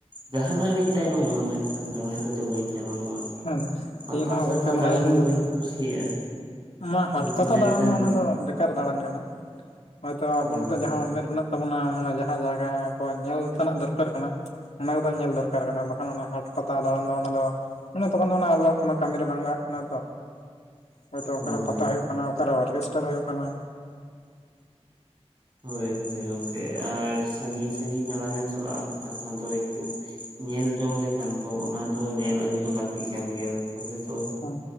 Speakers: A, on the right; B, on the left.
A: ᱡᱟᱦᱟᱱᱟᱜ ᱨᱤᱧ ᱛᱟᱭᱱᱚᱢ ᱢᱮᱱᱠᱷᱟᱱ ᱫᱟᱲᱟᱱ ᱨᱮᱫᱚ ᱵᱟᱹᱧ ᱚᱜᱼᱟ
B: ᱦᱮᱸ
A: ᱯᱟᱛᱟ
B: ᱤᱧ ᱦᱚᱸ
A: ᱪᱷᱟᱛᱟ
B: ᱜᱚᱢᱠᱮ ᱢᱟᱱᱮ
A: ᱫᱟᱬᱟᱱ
B: ᱤᱧ
A: ᱫᱚ ᱵᱟᱹᱧ ᱠᱩᱥᱤᱭᱟᱜᱼᱟ
B: ᱢᱟ ᱦᱟᱴ
A: ᱠᱤᱱᱛᱩ
B: ᱯᱟᱛᱟ
A: ᱢᱮᱱᱠᱷᱟᱱ
B: ᱫᱟᱬᱟᱱ ᱫᱚ ᱚᱱᱟ ᱫᱚ ᱵᱮᱠᱟᱨ ᱫᱟᱬᱟᱱ ᱠᱟᱱᱟ ᱦᱳᱭᱛᱚ ᱟᱵᱚ
A: ᱦᱳᱭ
B: ᱱᱤᱛᱚᱜ ᱡᱟᱦᱟᱸ ᱩᱢᱮᱨ ᱢᱮᱱᱟᱜ ᱛᱟᱵᱚᱱᱟ ᱡᱟᱸᱦᱟ ᱡᱟ ᱧᱮᱞ ᱛᱮᱱᱟᱜ ᱫᱚᱨᱠᱟᱨ ᱠᱟᱱᱟ ᱚᱱᱟ ᱠᱚᱫᱚ ᱧᱮᱞ ᱫᱚᱨᱠᱟᱨ ᱠᱟᱱᱟ ᱵᱟᱠᱷᱟᱱ ᱚᱱᱟ ᱦᱟᱴ ᱯᱟᱛᱟ ᱫᱟᱬᱟᱱ ᱫᱟ ᱚᱱᱟ ᱢᱟᱱᱮ ᱛᱚᱠᱷᱚᱱ ᱫᱚ ᱟᱵᱚᱣᱟᱜ ᱠᱳ ᱠᱟᱹᱢᱤᱨᱮ ᱵᱟᱝ ᱞᱟᱜᱟᱜ ᱠᱟᱱᱟ ᱛᱚ ᱦᱚᱭᱛᱚ
A: ᱦᱳᱭ
B: ᱚᱠᱟᱨᱮ ᱯᱟᱛᱟ ᱦᱩᱭᱩᱜ ᱠᱟᱱᱟ ᱚᱠᱟᱨᱮ ᱚᱨᱠᱮᱥᱴᱟᱨ ᱦᱩᱭᱩᱜ ᱠᱟᱱᱟ
A: ᱦᱳᱭ ᱦᱳᱭ ᱜᱚᱝᱠᱮ ᱟᱨ ᱥᱟᱺᱜᱤᱧ ᱥᱟᱜᱤᱧ ᱫᱟᱲᱟ ᱫᱟᱽᱱᱮᱢ ᱪᱟᱞᱟᱜᱼᱟ ᱡᱟᱦᱟᱸ ᱫᱚ ᱮᱠᱴᱩ ᱧᱮᱞ ᱡᱚᱝ ᱞᱮᱠᱟᱱ ᱛᱚ ᱚᱱᱟ ᱫᱚ ᱧᱮᱞ ᱟᱹᱜᱩ ᱫᱚ ᱞᱟᱹᱠᱛᱤ ᱠᱟᱱᱟ ᱜᱮᱭᱟ ᱛᱚᱵᱮ ᱛᱚ
B: ᱦᱮᱸ